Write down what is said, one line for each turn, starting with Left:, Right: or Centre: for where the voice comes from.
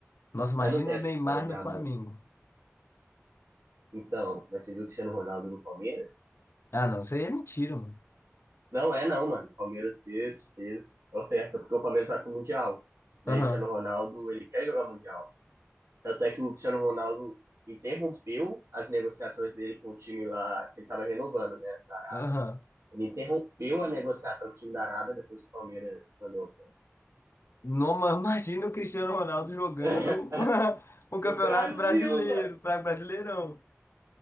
Left: Nossa, imagina
Right: Mas não tem essa
Left: o Neymar
Right: história de
Left: no
Right: amor.
Left: Flamengo.
Right: Então, mas você viu o Cristiano Ronaldo no Palmeiras?
Left: Ah, não, isso aí é mentira, mano.
Right: Não é não, mano. O Palmeiras fez, fez oferta, porque o Palmeiras vai pro Mundial. Daí
Left: Aham.
Right: o Cristiano Ronaldo, ele quer jogar Mundial. Tanto é que o Cristiano Ronaldo interrompeu as negociações dele com o time lá, que ele tava renovando, né, da Arábia.
Left: Aham.
Right: Ele interrompeu a negociação com o time da Arábia depois que o Palmeiras mandou a oferta.
Left: Noma, <laughs> imagina o Cristiano Ronaldo jogando
Right: <laughs>
Left: <laughs> o Campeonato
Right: No Brasil,
Left: Brasileiro,
Right: mano.
Left: para Brasileirão.